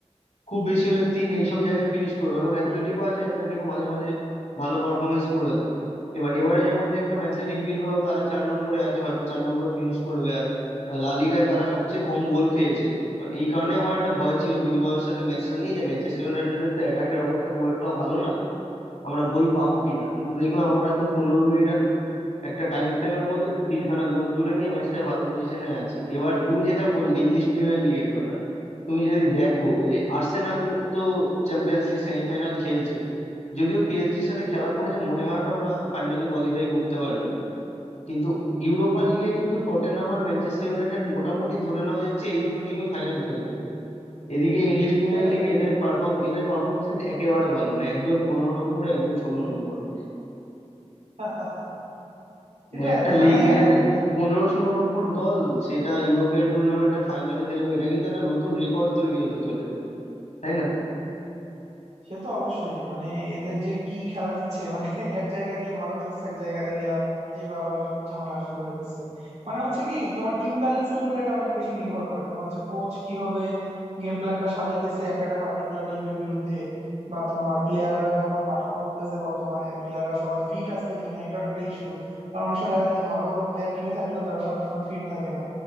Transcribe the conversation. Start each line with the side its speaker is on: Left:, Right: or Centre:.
Left: খুব বেশি হলে তিন এইসব জায়গায় ফিনিশ করবে কারণ অ্যাথলেটিকও আছে অ্যাথলেটিকও মাঝে মাঝে ভালো পারফরমেন্স করে দেয় এবার এবারে যেমন দেখলাম অ্যাথলেটিক বিলবাও তারা চার নম্বরে আছে হয়তো চার নম্বরে ফিনিশ করবে আর আহ, লা লিগায় তারা সবচেয়ে কম গোল খেয়েছে কারণ এই কারণে আমার একটা ভয় ছিল বিলবাওয়ের সাথে ম্যাচটা নিয়ে যে ম্যানচেস্টার ইউনাইটেডের তো অ্যাটাকের অবস্থা খুব একটাও ভালো না আমরা গোল পাবো কিনা কিন্তু দেখলাম আমরা তো পনেরো মিনিটের একটা টাইম ফ্রেমের মধ্যে তিনখানা গোল তুলে নিয়ে ম্যাচটায় ভালো পজিশনে আছি এবার তুমি যেটা বললে ইংলিশ প্রিমিয়ার লিগের কথা তুমি যদি দেখো যে আর্সেনাল তো চ্যাম্পিয়ন্স লিগ সেমিফাইনাল খেলছে যদিও পিএসজির সাথে খেলা পড়েছে মনে হয় না ওরা ফাইনালে কোয়ালিফাই করতে পারবে কিন্তু ইউরোপা লিগে কিন্তু টটেনহাম আর ম্যানচেস্টার ইউনাইটেড মোটামুটি ধরে নেওয়া যাচ্ছে এই দুটো টিমই ফাইনাল খেলবে এদিকে ইংলিশ প্রিমিয়ার
Right: সেটাই
Left: লিগে এদের পারফর্ম এদের পারফরমেন্স কিন্তু একেবারে ভালো না একজন পনেরো নম্বরে একজন ষোলো নম্বরে
Right: <laughs>
Left: মানে
Right: সেটাই
Left: একটা
Right: আর কি মানে
Left: লিগের
Right: এখন
Left: পনেরো ষোলো নম্বর দল সেটা ইউরোপিয়ান টুর্নামেন্টের ফাইনাল খেলবে এটা কিন্তু একটা নতুন রেকর্ড তৈরি হতে চলেছে তাই না
Right: সে তো অবশ্যই মানে এদের যে কি খেলা দিচ্ছে মানে <laughs> এক জায়গায় গিয়ে ভালো খেলতেছে এক জায়গায় গিয়ে যে আবার ঝামেলা শুরু হচ্ছে মানে হচ্ছে কি তোমার টিম ব্যালেন্সের উপরে এটা অনেক বেশি নির্ভর করে তোমার হচ্ছে কোচ কিভাবে গেম প্ল্যানটা সাজাইতেছে একটা একটা পার্টিকুলার টিমের বিরুদ্ধে বা তোমার প্লেয়াররা কেমন পারফর্ম করতেছে বর্তমানে প্লেয়াররা সবাই ফিট আছে কিনা এটাও একটা ইস্যু কারণ অনেক সময় দেখা যায় যে ভালো ভালো প্লেয়ার টিমে থাকলেও তারা সবসময় ফিট থাকে না